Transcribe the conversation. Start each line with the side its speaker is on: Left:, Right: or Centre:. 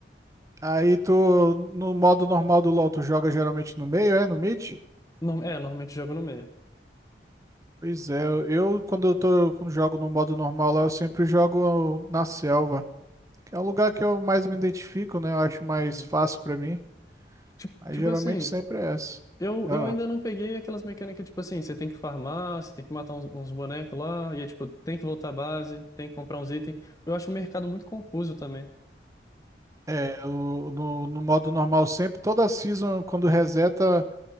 Right: Aí tu, no modo normal do LoL, tu joga geralmente no meio, é? No mid?
Left: Norm- É, normalmente jogo no meio.
Right: Pois é, eu quando eu tô com jogo no modo normal lá, eu sempre jogo na selva, que é o lugar que eu mais me identifico, né? Eu acho mais
Left: Uhum.
Right: fácil pra mim.
Left: Tipo,
Right: Aí
Left: tipo
Right: geralmente
Left: assim,
Right: sempre é essa.
Left: Eu,
Right: Ah,
Left: eu ainda não peguei aquelas mecânicas, tipo assim, você tem que farmar, você tem que matar uns, uns bonecos lá, e é tipo, tem que voltar à base, tem que comprar uns itens. Eu acho o mercado muito confuso também.
Right: é, o- no, no modo normal sempre, toda season quando reseta,